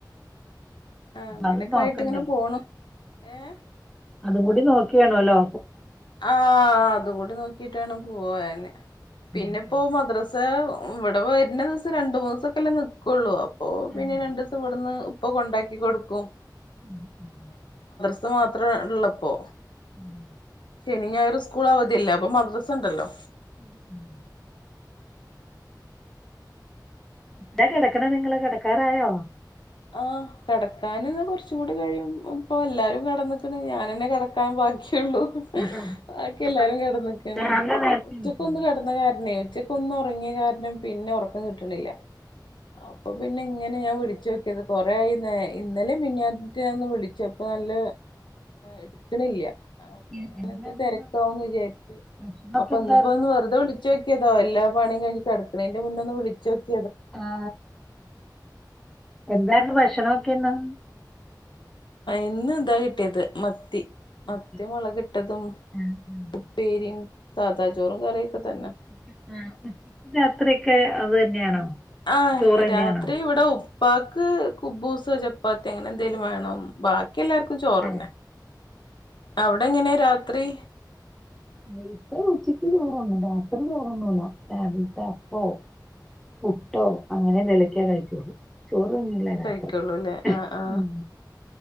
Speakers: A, on the left; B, in the centre.
A: ആഹ് അങ്ങനെയൊക്കെ
B: അത് നോക്കണ്ടേ
A: ആയിട്ട് ഇങ്ങനെ പോണു ഏഹ്
B: അതും കൂടി നോക്കി വേണല്ലോ
A: ആഹ അതുകൂടി നോക്കിയിട്ടാണ് പോവെ പിന്നെപ്പോ
B: ഉം ഉം
A: മദ്രസ് <unintelligible> ഇവിടെ വരുന്ന ദിവസം രണ്ട മൂന്നൊസൊക്കെല്ലേ നിക്കുള്ളൂ അപ്പോ പിന്നെ
B: ആഹ്
A: രണ്ടു ദിവസം ഇവിടുന്ന് ഇപ്പ കൊണ്ടാക്കി കൊടുക്കും
B: ഉം ഉം
A: അത് മാത്രേ ഉള്ളപ്പോ
B: ഉം
A: ശനി ഞായറും സ്കൂൾ അവധിയല്ലേ അപ്പൊ മദ്രസ ഉണ്ടല്ലോ
B: ഉ ഉം ന്താ കിടക്കണ നിങ്ങള് കിടക്കാറായോ
A: ആ കടക്കൻന്ന് കുറച്ച കൂടി കഴിയും ഇപ്പൊ എല്ലാരും കടന്ന്ക്ക്ണ് ഞാനന്നെ കിടക്കാൻ ബാക്കി ള്ള
B: ആഹാ.
A: ബാക്കി
B: അപ്പൊ
A: എല്ലാരും കിടന്നക്ക്ണ്
B: രാവിലെ നേരത്തെ
A: ഉച്ചക്ക്
B: എണീക്കോ
A: ഒന്ന് കിടന്ന കാരണേ ച്ചക്ക ഒന്നും ഉറങ്ങിയ കാരണം പിന്നെ ഉറക്കം കിട്ടണില്ല അപ്പൊ പിന്നെ ഇങ്ങനെ ഞാൻ വിളിച്ച ത് കൊറ ആയി ഇന്നലെ മി റ്റൊന്ന് വിളിച്ചപ്പൊ നല്ല എടുക്കണില്ല ആ അപ്പൊ
B: ഇ-
A: ഞാന
B: എന്തായിരുന്നു
A: എന്താ തിരക്കാവന്ന്
B: ഇന്ന്
A: വിചാരിച്ചു
B: ഭക്ഷണമൊക്കെ
A: അപ്പൊ
B: എന്തായിരുന്നു
A: ഇന്ന്പ്പോ ഇന്ന് വെറുതെ വിളിച്ചോക്കിയതാ എല്ലാ പണിയും കഴിഞ്ഞ് കിടക്കണയ്ന്റെ മുന്നെ ഒന്ന് വിളിച്ചോക്കി
B: ആ എന്തായിരുന്നു ഭക്ഷണം ഒക്കെന്ന്
A: ഇന്ന് ഇതാ കിട്ടിയത് മ ത്തി
B: മത്തി
A: മത്തിമൊളകിട്ടതും
B: ആഹ് ആഹ്
A: ഉപ്പേരിയും സാദാ ചോറും കറിയൊക്കെ തന്നെ
B: ഉച്ചക്ക് ആ ഉച്ചക്ക് രാത്രിയൊക്കെ അത് തന്നെയാണോ
A: ആഹ്
B: ചോറ് തന്നെയാണോ?
A: രാത്രി ഇവിടെ ഉ പാക്ക് കുബൂസോ ചപ്പാത്തി അങ്ങനെ എന്തെലും വേണം ബാ ക്കി എല്ലാർക്കും ചോറന്നെ
B: ആ
A: അവിടെ എങ്ങനെ രാത്രി
B: ന ഇപ്പ ഉച്ചക്ക് ചോ രാത്രി വേറൊന്നുല്ല രാവിൽത്തെ അപ്പോ, പുട്ടോ അങ്ങനെ എന്തേ ലൊക്കെ ക്കെ കഴിക്കുള്ളൂ ചോറ് തിന്നില്ല രാത്രി.
A: കഴിക്കുള്ളൂ അല്ലേ ആഹ ആ
B: ഉം.